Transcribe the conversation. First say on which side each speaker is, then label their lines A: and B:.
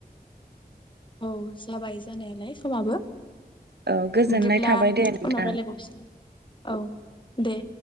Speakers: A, on the left; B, on the right.
A: औ जाबाय जानायालाय। समाबो
B: औ गोजोननाय
A: बिदिब्ला
B: थाबाय
A: उनाव
B: दे नोंथां
A: रायलायबावसिगोन औ दे।